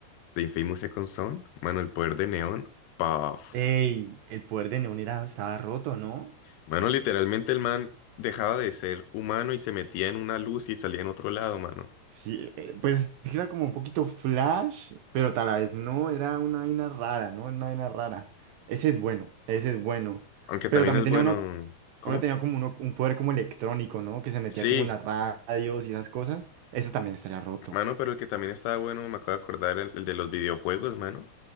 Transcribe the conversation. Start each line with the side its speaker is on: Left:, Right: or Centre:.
Left: de Infamous Second Son, mano, el poder de Neon. Paf.
Right: Ey, el poder de Neon estaba roto, ¿no?
Left: Mano, literalmente el man dejaba de ser humano y se metía en una luz y salía en otro lado, mano.
Right: Sí, eh, pues era como un poquito flash, pero tal vez no, era una vaina rara, ¿no? Una vaina rara. Ese es bueno, ese es bueno.
Left: Aunque
Right: Pero
Left: también
Right: también
Left: es
Right: tenía
Left: bueno.
Right: uno,
Left: ¿Cómo?
Right: uno tenía como uno, un poder como electrónico, ¿no? Que se metía
Left: Sí,
Right: como en las radios y esas cosas. Ese también estaría roto.
Left: mano, pero el que también estaba bueno, me acabo de acordar, el, el de los videojuegos, mano.